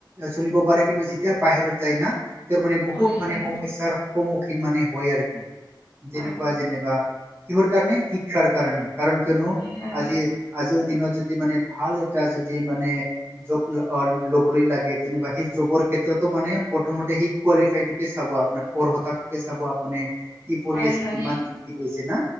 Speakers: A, on the right; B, on the left.
A: চলিব পাৰে কিন্তু যেতিয়া বাহিৰত যায় না তেওঁৰ মানে বহুত
B: হয়
A: মানে
B: হয়।
A: সমস্যাৰ সন্মুখীন মানে হয় আৰুকি। তেনেকুৱা
B: হয়
A: যেনিবা কিহৰ কাৰণে শিক্ষাৰ কাৰণে, কাৰণ কিয়নো
B: হয়
A: আজিৰ-আজিৰ দিনত যদি মানে ভাল এটা যদি মানে জব ল-অ-লবলৈ লাগে তেনিবা সি জবৰ ক্ষেত্ৰতো মানে প্ৰথমতে সেই কোৱালিফাইটোকে চাব আপোনাৰ, অৰ্হতাটোকে চাব আপুনি কি পঢ়ি
B: হয়
A: আছে
B: হয়
A: কিমান কি কৰি আছে না,